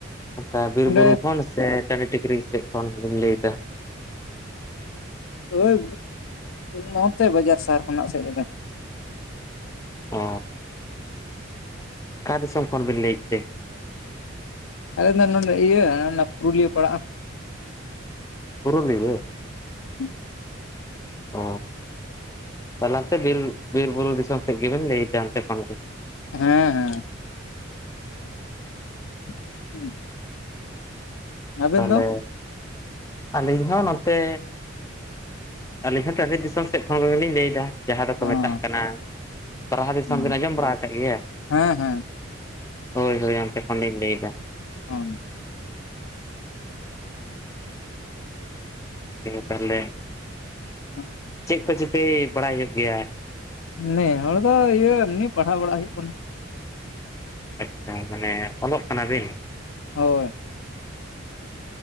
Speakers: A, on the left; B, on the left.
A: ᱚᱱᱠᱟ ᱵᱤᱨ
B: ᱚᱸᱰᱮ
A: ᱵᱩᱨᱩ ᱠᱷᱚᱱ ᱥᱮ ᱠᱟᱹᱢᱤ ᱴᱤᱠᱨᱤ ᱥᱮᱫ ᱠᱷᱚᱱ ᱵᱤᱱ ᱞᱟᱹᱭ ᱫᱟ᱾
B: ᱳᱭ ᱱᱚᱛᱮ ᱵᱟᱡᱟᱨ ᱥᱟᱦᱟᱨ ᱠᱷᱚᱱᱟᱜ ᱥᱮᱫ ᱨᱮᱜᱮ᱾
A: ᱚ ᱠᱷᱟ ᱫᱤᱥᱚᱢ ᱠᱷᱚᱱ ᱵᱤᱱ ᱞᱟᱹᱭᱮᱜ ᱛᱮ?
B: ᱟᱞᱮ ᱱᱚᱰᱮ ᱤᱭᱟᱹ ᱯᱩᱨᱩᱞᱤᱭᱟᱹ ᱯᱟᱲᱟᱜᱼᱟ᱾
A: ᱯᱩᱨᱩᱞᱤᱭᱟᱹ?
B: <unintelligible>
A: ᱚ ᱛᱟᱦᱚᱞᱮ <unintelligible> ᱵᱤᱨ ᱵᱤᱨ ᱵᱩᱨᱩ ᱫᱤᱥᱚᱢ ᱥᱮᱜ ᱜᱮ ᱵᱮᱱ ᱞᱟᱹᱭᱫᱟ ᱚᱱᱛᱮ ᱠᱷᱚᱱ ᱜᱮ ᱾
B: ᱦᱮᱸ ᱦᱮᱸ᱾ <inaudible> ᱟᱵᱮᱱ
A: ᱛᱟᱦᱚᱞᱮ
B: ᱫᱚ
A: ᱟᱹᱞᱤᱧ ᱦᱚ ᱱᱚᱛᱮ ᱟᱹᱞᱤᱧ ᱦᱚᱸ ᱴᱟᱹᱰᱤ ᱫᱤᱥᱚᱢ ᱥᱮᱫ ᱠᱷᱚᱱᱜᱮᱞᱤᱧ ᱞᱟᱹᱭᱫᱟ ᱡᱟᱦᱟᱸ ᱫᱚᱠᱚ
B: ᱦᱮᱸ
A: ᱢᱮᱛᱟᱜ ᱠᱟᱱᱟ ᱯᱟᱨᱦᱟ ᱫᱤᱥᱚᱢ
B: ᱦᱮᱸ
A: ᱵᱮᱱ ᱟᱸᱡᱚᱢ ᱵᱟᱲᱟ ᱠᱟᱜ ᱜᱮᱭᱟ᱾
B: ᱦᱮᱸ ᱦᱮᱸ
A: ᱦᱳᱭ ᱦᱳᱭ ᱚᱱᱛᱮ ᱠᱷᱚᱱᱤᱧ ᱞᱟᱹᱭᱫᱟ᱾
B: ᱚ
A: ᱛᱟᱦᱚᱞᱮ
B: <unintelligible>
A: ᱪᱮᱫ ᱠᱚ ᱪᱤᱠᱟᱹᱭ ᱵᱟᱲᱟᱭ ᱦᱩᱭᱩᱜ ᱜᱮᱭᱟ?
B: ᱱᱮᱸ ᱦᱚᱲᱰᱮ ᱫᱚ ᱤᱭᱟᱹ ᱮᱢᱱᱤ ᱯᱟᱲᱦᱟᱣ ᱵᱟᱲᱟ ᱦᱩᱭᱩᱜ ᱠᱟᱱᱟ᱾
A: ᱟᱪᱪᱷᱟ ᱢᱟᱱᱮ ᱚᱞᱚᱜ ᱠᱟᱱᱟᱵᱤᱱ?
B: ᱦᱳᱭ᱾